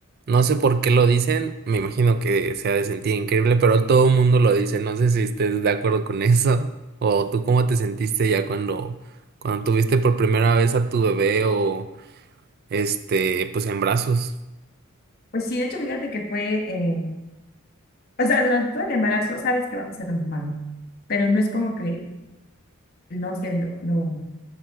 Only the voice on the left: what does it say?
Pues sí, de hecho, fíjate que fue, eh, o sea, durante todo el embarazo sabes que vas a ser mamá, ¿no? Pero no es como que, no sé, lo, lo